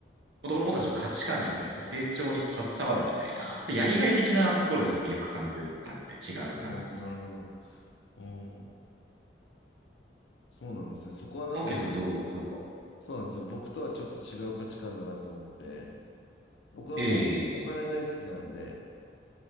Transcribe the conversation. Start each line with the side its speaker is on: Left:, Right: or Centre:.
Right: 子供たちの価値観に触れて成長に携わるみたいな、そういうやりがい的なところですごい魅力感じる感じで違う感じですね。
Left: うん。おお、なるほど。おお、そうなんですね。そこはなんか、
Right: オーケーさんどうどうですか
Left: そうなんですよ。僕とはちょっと違う価値観だなと思って、僕はもうお金大好きなんで、
Right: ええ